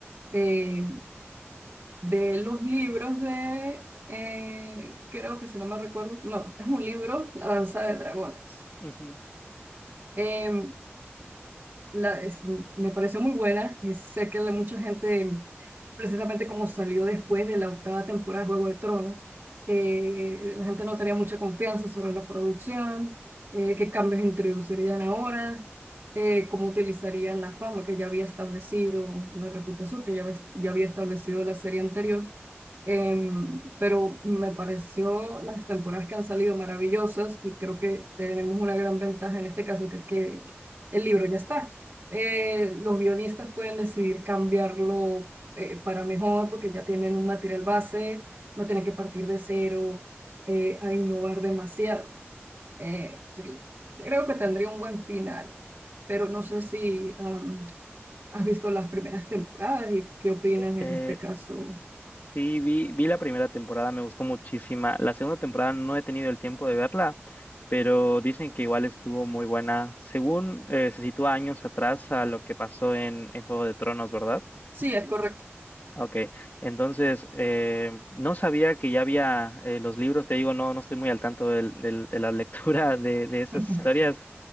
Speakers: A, on the right; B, on the left.
A: eh, de los libros de, eh, creo que si no me recuerdo, no, es un libro, La Danza de Dragones.
B: Ujú.
A: Eh, la, es- me pareció muy buena. Y sé que la- mucha gente, precisamente como salió después de la octava temporada de Juego de Tronos, eh, la gente no tenía mucha confianza sobre la producción, eh, qué cambios introducirían ahora, eh, cómo utilizarían la fama que ya había establecido, la reputación que ya, habes- ya había establecido la serie anterior. Em, pero me pareció las temporadas que han salido maravillosas y creo que tenemos una gran ventaja en este caso, que, que el libro ya está eh, los guionistas pueden decidir cambiarlo eh, para mejor porque ya tienen un material base, no tienen que partir de cero eh, a innovar demasiado. Eh, así que creo que tendría un buen final, pero no sé si am, has visto las primeras temporadas y qué opinas en
B: Eh,
A: este caso.
B: sí, vi, vi la primera temporada, me gustó muchísima. La segunda temporada no he tenido el tiempo de verla, pero dicen que igual estuvo muy buena. Según eh, se sitúa años atrás a lo que pasó en, en Juego de Tronos, ¿verdad?
A: Sí, es correcto.
B: Ok, entonces eh, no sabía que ya había eh, los libros, te digo, no, no estoy muy al tanto del- del- de la lectura <laughs> de, de estas
A: <laughs>
B: historias,